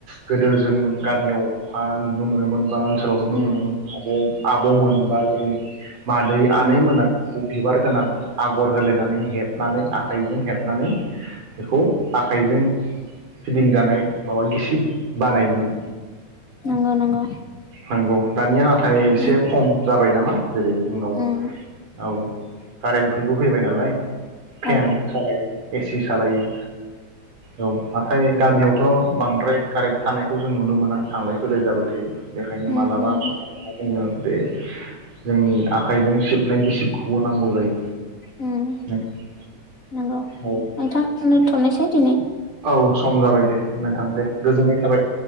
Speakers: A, on the right (about 85°); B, on the left (about 30°).
A: गोदो जों गामियाव हा नुनो मोनोमोन बा ओनसोलाव नुनो
B: उम
A: मोनोमोन आब आबमोन बा जोंनि मादै आनै
B: उम
A: मोना बेखौ बिबार गोनां आगर होलायनानै हेब नानै आखाइजों हेब बेखौ आखाइजों फिदिंजानाय माबा गिसिब बानायोमोन
B: नंगौ नंगौ
A: नंगौ दानिया नाथाय एसे
B: उम
A: खम जाबाय नामा जेरै जोंनाव
B: उम
A: औ कारेन्ट खुरबो फैबाय नालाय। फेन
B: औ
A: सालायो। एसि सालायो औ नाथाय गामियावथ बांद्राय कारेन्ट थानायखौ जों नुनो मोना थांलाय फैलाय जाबाय थायो। बेखायनो
B: उम
A: मालाबा
B: उम
A: समावहाय
B: उम
A: जोंनो बे जोंनि आखाइजों सिब गिसिबखौ नांगौ जायो
B: उम
A: नोंथां
B: नंगौ। नोंथां
A: औ
B: दोनथनोसै दिनै।
A: औ सम जाबाय दे नोंथां दे गोजोननाय थाबाय।